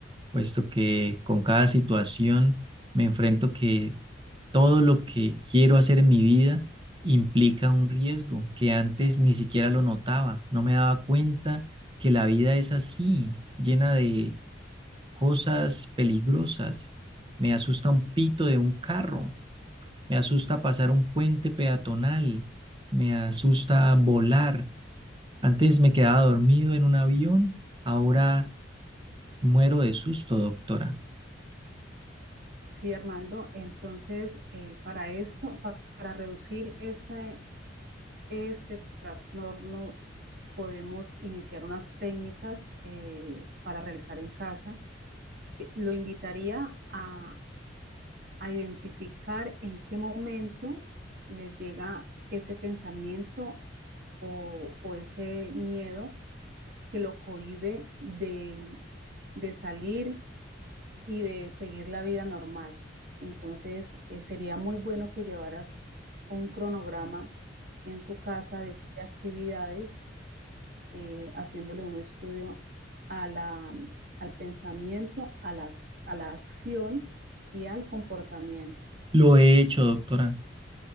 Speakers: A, on the right; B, on the right.
A: puesto que con cada situación me enfrento que todo lo que quiero hacer en mi vida implica un riesgo que antes ni siquiera lo notaba, no me daba cuenta que la vida es así, llena de cosas peligrosas. Me asusta un pito de un carro, me asusta pasar un puente peatonal, me asusta volar. Antes me quedaba dormido en un avión, ahora muero de susto, doctora.
B: Sí, Armando, entonces eh, para esto, pa- para reducir este, este trastorno, podemos iniciar unas técnicas eh, para realizar en casa que lo invitaría a, a identificar en qué momento les llega ese pensamiento o, o ese miedo que lo cohíbe de, de salir y de seguir la vida normal. Entonces, eh, sería muy bueno que llevaras un cronograma en su casa de, de actividades, eh, haciéndole un estudio a la, mm, al pensamiento, a, las, a la acción y al comportamiento.
A: Lo he hecho, doctora.